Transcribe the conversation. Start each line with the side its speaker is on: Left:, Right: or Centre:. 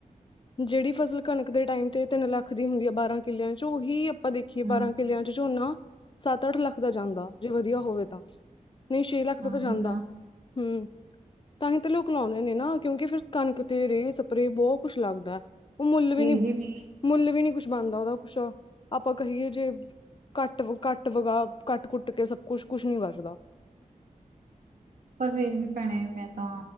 Left: ਜਿਹੜੀ ਫਸਲ ਕਣਕ ਦੇ ਟਾਈਮ ਤੇ ਤਿੰਨ ਲੱਖ ਦੀ ਹੁੰਦੀ ਹੈ ਬਾਰਾਂ ਕਿੱਲਿਆਂ ਚ ਉਹੀ ਆਪਾਂ ਦੇਖੀਏ,
Right: ਹੂੰ
Left: ਬਾਰਾਂ ਕਿੱਲਿਆਂ ਚ ਝੋਨਾ ਸੱਤ ਅੱਠ ਲੱਖ ਦਾ ਜਾਂਦਾ, ਜੇ ਵਧੀਆ ਹੋਵੇ ਤਾਂ। ਨਹੀਂ ਛੇ ਲੱਖ
Right: ਤਾਂ
Left: ਤੋਂ ਜਾਂਦਾ
Right: ਹੀ ਨਾ
Left: ਹੂੰ। ਤਾਂਹੀ ਤਾਂ ਲੋਕ ਲਾਉਂਦੇ ਨੇ ਨਾ, ਕਿਉਂਕਿ ਫਿਰ ਕਣਕ ਤੇ ਰੇਹ ਸਪਰੇ ਬਹੁਤ ਕੁੱਝ ਲੱਗਦਾ ਹੈ। ਉਹ ਮੁੱਲ ਵੀ ਨੀ
Right: ਇਹ ਵੀ
Left: ਮੁੱਲ ਵੀ ਨੀ ਕੁਛ ਬਣਦਾ ਉਹਦਾ ਕੁਛ ਆਪਾਂ ਕਹੀਏ, ਜੇ ਘੱਟ ਘੱਟ ਕੱਟ ਵਗਾ ਕੱਟ- ਕੁੱਟ ਕੇ ਸਭ ਕੁਛ -ਕੁਛ ਨੀ ਵਚਦਾ
Right: ਪਰ ਫੇਰ ਵੀ ਭੈਣੇ ਮੈਂ ਤਾਂ